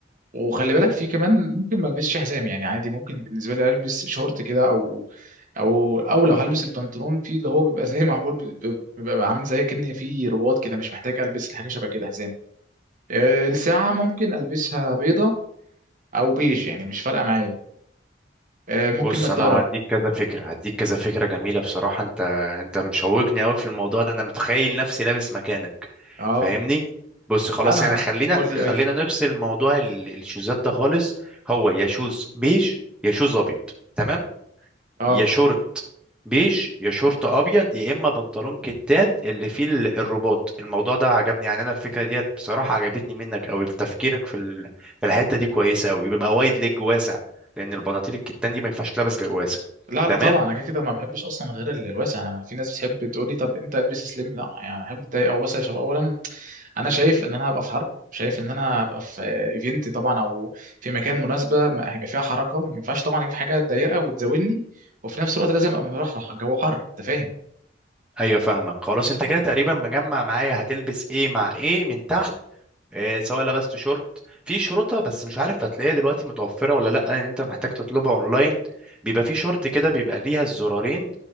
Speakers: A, on the right; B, in the centre.
A: وخلي بالك في كمان ممكن ما البسش حزام يعني عادي ممكن بالنسبه لي البس شورت كده او او او لو هلبس البنطلون في اللي هو بيبقى زي معمول بال- ب- بيبقى عامل زي كأن في رباط كده مش محتاج البس الحاجه شبه كده حزام آه، الساعه ممكن البسها بيضه او بيج يعني مش فارقه معايا آه، ممكن
B: بص
A: نضاره
B: انا هديك كذا فكرة هديك كذا فكرة جميلة بصراحة انت انت مشوقني قوي في الموضوع ده انا متخيل نفسي لابس مكانك
A: اه
B: فاهمني بص خلاص
A: لا انا
B: احنا خلينا
A: اقول لي
B: خلينا
A: ايوه
B: نفصل موضوع ال- الشوزات ده خالص هو يا شوز بيج يا شوز ابيض تمام
A: اه
B: يا شورت بيج يا شورت ابيض يا اما بنطلون كتان اللي فيه ال- الرباط الموضوع ده عجبني يعني انا الفكره ديت بصراحه عجبتني منك قوي في تفكيرك في ال... في الحته دي كويسه قوي بيبقى وايد ليج واسع لان البناطيل الكتان دي ما ينفعش تلبس غير واسع
A: لا
B: تمام
A: لا طبعا انا كده كده ما بحبش اصلا غير الواسع انا في ناس بتحب تقول لي طب انت البس سليم لا يعني احب اتضايق او بس شباب اولا انا شايف ان انا هبقى في حرب شايف ان انا هبقى في ايفنت طبعا او في مكان مناسبه ما- هيبقى فيها حركه ما ينفعش طبعا اجيب حاجه ضيقه وتزودني وفي نفس الوقت لازم ابقى مرحرح جو حر انت فاهم
B: ايوه فاهمك خلاص انت كده تقريبا مجمع معايا هتلبس ايه مع ايه من تحت إيه، سواء لبست شورت في شرطة بس مش عارف هتلاقيها دلوقتي متوفرة ولا لأ لأن أنت محتاج تطلبها أونلاين بيبقى في شورت كده بيبقى ليها الزرارين